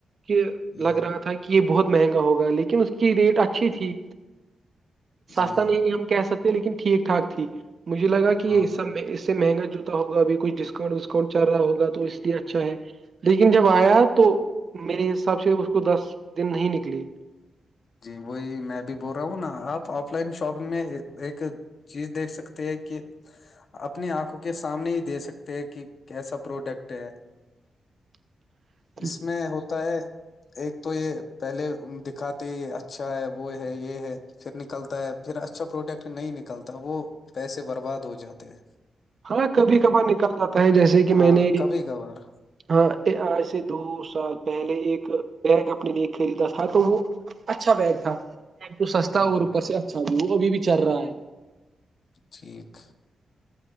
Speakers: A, on the right; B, on the left.
A: کہ
B: جی
A: لگ رہا تھا کہ یہ بہت مہنگا ہوگا لیکن اس کی ریٹ اچھی تھی سستا
B: جی
A: نہیں ہم کہہ سکتے لیکن ٹھیک ٹھاک تھی مجھے لگا کہ
B: ہاں
A: یہ سب اس سے مہنگا جو ہوگا اب کچھ ڈسکاؤنٹ وسکانٹ چل رہا ہوگ تو اس لیے اچھا ہے لیکن جب آیا تو میرے حساب سے اس کو دس دن نہیں نکلی
B: جی وہی میں بھی بول رہا ہوں نا آپ آف لائن شاپنگ میں ایک چیز دیکھ سکتے ہیں کہ اپنی آنکھوں کے سامنے ہی دے سکتے ہیں کہ کیسا پروڈکٹ ہے
A: <inaudible>
B: اس میں ہوتا ہے ایک تو یہ پہلے دکھاتے ہی اچھا ہے وہ ہے یہ ہے پھر نکلتا ہے پھر اچھا پروڈکٹ نہیں نکلتا وہ پیسے برباد ہو جاتے ہیں
A: ہاں کبھی کبار نکل جاتا ہے جیسے کہ
B: ہاں
A: میں نے
B: کبھی کبھار
A: ہاں آج سے دو سال پہلے ایک بیگ اپنے لیے خریدا تھا تو وہ اچھا بیگ تھا بیگ تو سستا
B: ہوں
A: اور اوپر سے اچھا بھی وہ ابھی بھی چل رہا ہے
B: ٹھیک